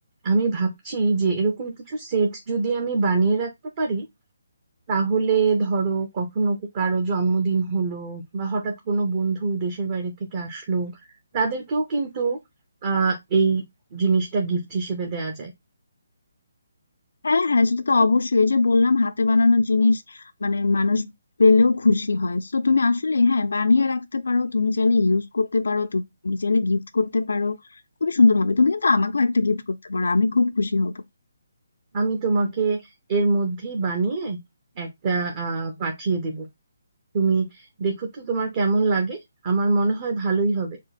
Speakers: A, on the right; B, on the left.
A: আমি ভাবছি যে এরকম কিছু সেট যদি আমি বানিয়ে রাখতে পারি তাহলে ধরো কখনো কো- কারো জন্মদিন হলো বা হঠাৎ কোনো বন্ধু দেশের বাইরে থেকে আসলো তাদেরকেও কিন্তু আহ এই জিনিসটা গিফট হিসেবে দেওয়া যায়
B: হ্যাঁ হ্যাঁ সেটা তো অবশ্যই এই যে বললাম হাতে বানানো জিনিস মানে মানুষ পেলেও খুশি হয় তো তুমি আসলে হ্যাঁ বানিয়ে রাখতে পারো তুমি চাইলে ইউজ করতে পারো তুমি চাইলে গিফট করতে পারো খুবই সুন্দর হবে তুমি কিন্তু আমাকেও একটা গিফট করতে পারো আমি খুব খুশি হব
A: আমি তোমাকে এর মধ্যেই বানিয়ে একটা আহ পাঠিয়ে দেব তুমি দেখো তো তোমার কেমন লাগে আমার মনে হয় ভালোই হবে